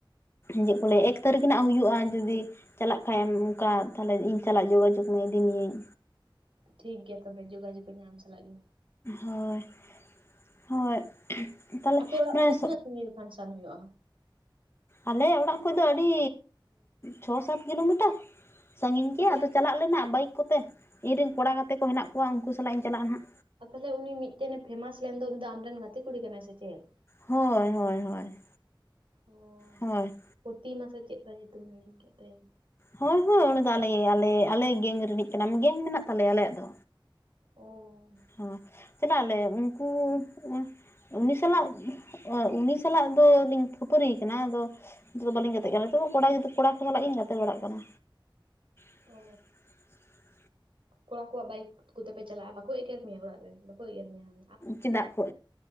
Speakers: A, on the left (about 30°); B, on the right (about 85°).
A: ᱪᱮᱫ ᱠᱚ ᱞᱟᱹᱭᱟ ᱮᱠ ᱛᱟᱹᱨᱤᱠᱷ ᱨᱮᱱᱟᱜ ᱦᱩᱭᱩᱜ-ᱟ ᱡᱩᱫᱤ ᱪᱟᱞᱟᱜ ᱠᱷᱟᱡ ᱮᱢ ᱚᱱᱠᱟ ᱛᱟᱦᱚᱞᱮ ᱤᱧ ᱥᱟᱞᱟᱜ ᱡᱳᱜᱟᱡᱳᱜ ᱢᱮ ᱤᱫᱤᱢᱤᱭᱟᱹᱧ᱾
B: ᱴᱷᱤᱠᱜᱮᱭᱟ ᱛᱚᱵᱮ ᱡᱳᱜᱟᱡᱳᱜᱽ ᱤᱧ ᱦᱟᱜ ᱟᱢ ᱥᱟᱞᱟᱜ ᱜᱮ᱾
A: ᱦᱳᱭ ᱦᱳᱭ ᱛᱟᱦᱚᱞᱮ
B: ᱟᱯᱮ ᱚᱲᱟᱜ
A: ᱢᱟᱱᱮ
B: ᱠᱷᱚᱡ ᱫᱚ ᱛᱤᱱᱟᱹᱜ ᱥᱟᱺᱜᱤᱧ ᱨᱮ ᱯᱷᱟᱱᱥᱚᱱ ᱦᱩᱭᱩᱜ-ᱟ᱾
A: ᱟᱞᱮ ᱚᱲᱟᱜ ᱠᱷᱚᱡ ᱫᱚ ᱟᱹᱰᱤ ᱪᱷᱚ ᱥᱟᱛ ᱠᱤᱞᱳᱢᱤᱴᱟᱨ ᱥᱟᱺᱜᱤᱧ
B: ᱛᱟᱦᱚᱞᱮ
A: ᱜᱮᱭᱟ᱾ ᱟᱫᱚ ᱪᱟᱞᱟᱜ ᱟᱞᱮᱱᱟ ᱵᱟᱭᱤᱠ ᱠᱚᱛᱮ ᱤᱧᱨᱮᱱ ᱠᱚᱲᱟ ᱜᱟᱛᱮ ᱠᱚ ᱦᱮᱱᱟᱜ ᱠᱚᱣᱟ ᱩᱱᱠᱩ ᱥᱟᱞᱟᱜ ᱤᱧ ᱪᱟᱞᱟᱜ-ᱟ ᱱᱟᱦᱟᱜ᱾
B: ᱟᱨ ᱛᱟᱦᱚᱞᱮ ᱩᱱᱤ ᱢᱤᱫᱴᱮᱱᱮ ᱯᱷᱮᱢᱟᱥ ᱞᱮᱱ ᱫᱚ ᱩᱱᱤ ᱫᱚ ᱟᱢᱨᱮᱱ ᱜᱟᱛᱮ ᱠᱩᱲᱤ ᱠᱟᱱᱟᱭ ᱥᱮ ᱪᱮᱫ?
A: ᱦᱳᱭ ᱦᱳᱭ ᱦᱳᱭ
B: ᱚ
A: ᱦᱳᱭ᱾
B: ᱯᱨᱚᱛᱤᱢᱟ ᱥᱮ ᱪᱮᱫ ᱛᱟᱭ ᱧᱩᱛᱩᱢ ᱦᱤᱲᱤᱧ ᱠᱮᱫ ᱛᱟᱭᱟᱹᱧ᱾
A: ᱦᱳᱭ ᱦᱳᱭ ᱚᱱᱟ ᱫᱚ ᱟᱞᱮ ᱟᱞᱮ ᱟᱞᱮ ᱜᱮᱝ ᱨᱤᱱᱤᱡ ᱠᱟᱱᱟᱭ ᱜᱮᱝ ᱢᱮᱱᱟᱜ ᱛᱟᱞᱮᱭᱟ ᱟᱞᱮᱭᱟᱜ ᱫᱚ᱾
B: ᱚᱻ
A: ᱦᱚ ᱪᱟᱯᱟᱜ ᱟᱞᱮ ᱩᱝᱠᱩ ᱩᱝ ᱩᱱᱤ ᱥᱟᱞᱟᱜ ᱩᱱᱤ ᱥᱟᱞᱟᱜ ᱫᱚᱞᱤᱧ ᱠᱷᱟᱹᱯᱟᱹᱨᱤᱭ ᱠᱟᱱᱟ ᱟᱫᱚ ᱱᱤᱛᱚᱜ ᱫᱚ ᱵᱟᱹᱞᱤᱧ ᱜᱟᱛᱮᱜ ᱠᱟᱱᱟ᱾ ᱱᱤᱛᱚᱜ ᱫᱚ ᱠᱚᱲᱟ ᱜᱤᱫᱽᱨᱟᱹ ᱠᱚᱲᱟ ᱠᱚ ᱥᱟᱞᱟᱜ ᱤᱧ ᱜᱟᱛᱮ ᱵᱟᱲᱟᱜ ᱠᱟᱱᱟ᱾ <inaudible>
B: ᱚ ᱠᱚᱲᱟ ᱠᱚᱣᱟᱜ ᱵᱟᱭᱤᱠ ᱠᱚᱛᱮᱯᱮ ᱪᱟᱞᱟᱜ-ᱟ ᱵᱟᱠᱚ ᱮᱜᱮᱨ ᱢᱮᱭᱟ ᱚᱲᱟᱜ ᱨᱮ ᱵᱟᱠᱚ ᱮᱜᱮᱨ ᱢᱮᱭᱟ ᱦᱟᱸᱜ?
A: ᱪᱮᱫᱟᱜ ᱠᱚ